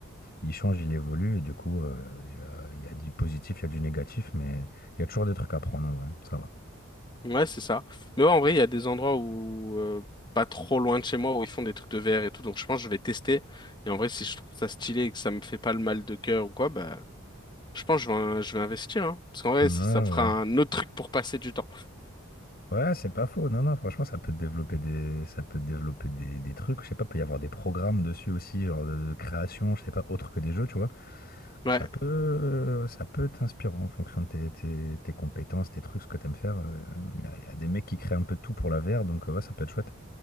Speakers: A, on the left; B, on the left.
A: il change, il évolue, et du coup, euh, il y a, il y a du positif, il y a du négatif, mais il y a toujours des trucs à prendre en vrai, ça va.
B: Ouais, c'est ça. Mais ouais, en vrai, il y a des endroits où, euh, pas trop loin de chez moi, où ils font des trucs de VR et tout, donc je pense que je vais tester. Et en vrai, si je trouve ça stylé et que ça me fait pas le mal de cœur ou quoi, bah. Je pense que je vais, euh, je vais investir, hein. Parce qu'en vrai,
A: Ouais,
B: ça, ça me fera
A: ouais.
B: un autre truc pour passer du temps.
A: Ouais, c'est pas faux. Non, non, franchement, ça peut te développer des, ça peut te développer des, des trucs. Je sais pas, peut y avoir des programmes dessus aussi, genre de, de création, je sais pas, autre que des jeux, tu vois.
B: Ouais,
A: Ça peut, ça peut t'inspirer en fonction de tes, tes, tes compétences, tes trucs, ce que t'aimes faire. Euh, Il y a, il y a des mecs qui créent un peu de tout pour la VR, donc euh, ouais, ça peut être chouette.